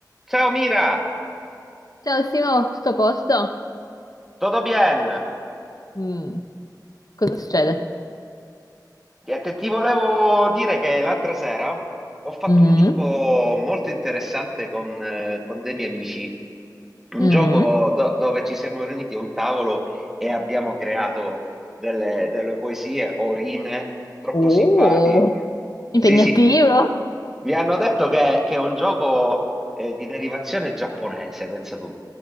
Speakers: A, in the centre; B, on the left (about 55°).
A: Ciao Mira,
B: Ciao Simo, tutto a posto?
A: tutto bien?
B: Mm, cosa succede?
A: Niente, ti volevo dire che l'altra sera ho fatto
B: Mhm,
A: un gioco molto interessante con, eh, con dei miei amici, un
B: mhm.
A: gioco do- dove ci siamo riuniti a un tavolo e abbiamo creato delle, delle poesie o rime troppo
B: Oh,
A: simpatiche.
B: impegnativo.
A: Sì, sì, mi hanno detto che, che è un gioco eh, di derivazione giapponese, pensa tu.